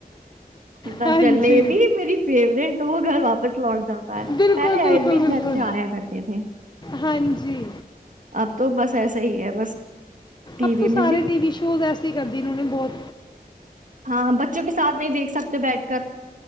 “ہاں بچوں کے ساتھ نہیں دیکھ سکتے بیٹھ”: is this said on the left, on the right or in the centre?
Right